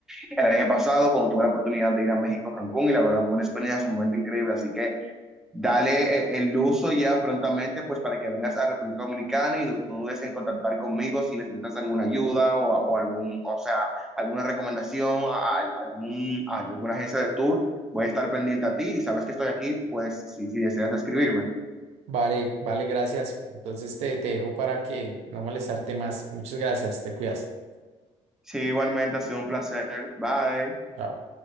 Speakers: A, in the centre; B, on the right.
A: el año pasado cuando tuve la oportunidad de ir a México, Cancún y la verdad fue una experiencia sumamente increíble. Así que Dale eh, el uso ya prontamente, pues para que vengas a República Dominicana y no dudes en contactar conmigo si necesitas alguna ayuda o, o algún, o sea, alguna recomendación a, a algún, a alguna agencia de tour. Voy a estar pendiente a ti y sabes que estoy aquí, pues si, si deseas escribirme.
B: Vale, vale, gracias. Entonces te, te dejo para que no molestarte más. Muchas gracias, te cuidas.
A: Sí, igualmente ha sido un placer. Bye.
B: Chao.